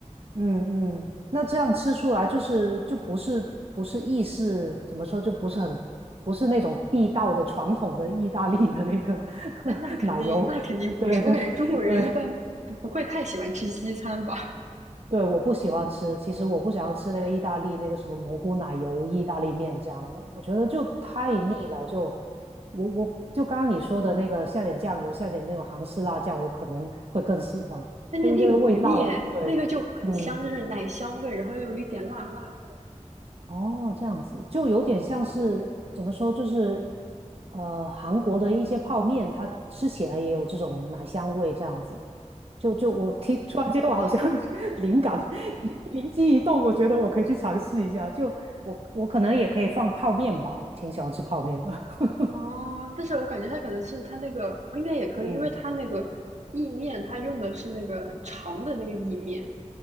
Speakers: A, on the right (about 55°); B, on the right (about 70°).
A: 嗯嗯，那这样吃出来就是就不是不是意式，怎么说就不是很不是那种地道的传统的意大利的那个
B: 那那肯定，
A: <laughs> 奶油，
B: 那肯定不是。
A: 对对
B: 我感觉中国人一般不不会太喜欢吃西餐吧？
A: 对对，我不喜欢吃，其实我不想要吃那个意大利那个什么蘑菇奶油意大利面这样的，我觉得就太腻了，
B: 嗯，
A: 就我我就刚刚你说的那个下点酱油，下点那种韩式辣酱，我可能会更喜欢，
B: <laughs> 那那那个不腻，
A: 就一个味道，对，
B: 那个就很香，
A: 嗯。
B: 就是奶香味，然后又有一点辣辣的。
A: 哦，这样子就有点像是怎么说，就是呃，韩国的一些泡面，它吃起来也有这种奶香味，这样子。就就我提，
B: 哦，
A: 突然间我好像
B: 可能是，
A: <laughs> 灵感 <laughs> 灵机一动，我觉得我可以去尝试一下。就我我可能也可以放泡面吧，我挺喜欢吃泡面的。<laughs>
B: 哦，但是我感觉它可能是它那个，应该也可以，
A: 嗯，
B: 因为它那个意面，它用的是那个长的那个意面，